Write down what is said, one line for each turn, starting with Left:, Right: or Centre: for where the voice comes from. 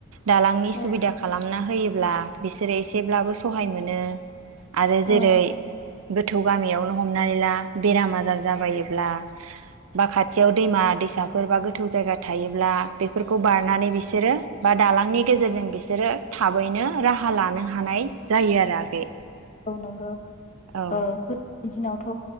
Right: दालांनि
Left: औ
Right: सुबिदा खालामना होयोब्ला बिसोरो एसेब्लाबो सहाय मोनो आरो जेरै
Left: औ
Right: गोथौ गामियावनो हमनानै ला बेराम आजार जाबायोब्ला बा खाथियाव दैमा दैसाफोर बा गोथौ थुजागाथ थायोब्ला बेफोरखौ बारनानै बिसोरो बा दालांनि गेजेरजों बिसोरो थाबैनो राहा लानो हानाय जायो आरो आगै
Left: औ नंगौ
Right: औ
Left: ओ बिदिनावथ'